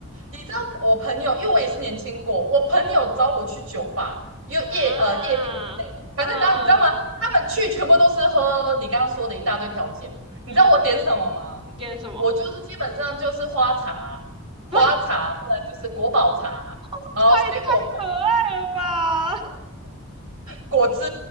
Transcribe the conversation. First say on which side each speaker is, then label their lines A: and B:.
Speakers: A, on the right (about 65°); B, on the right (about 25°).
A: 你知道我朋友，因为我也是年轻过，我朋友找我去酒吧、
B: 嗯
A: 夜夜呃夜店之类的，
B: 啊，
A: 反正然后你知道吗？
B: 嗯
A: 他们去全部都是喝你刚刚说的一大堆调酒，你知道我点什么吗？
B: 嗯，你点什么？
A: 我就是基本上就是花茶、花茶，
B: <laughs>
A: 不然就是国宝茶，
B: 哇塞，
A: 然后水果
B: 太可爱了吧！
A: 果汁，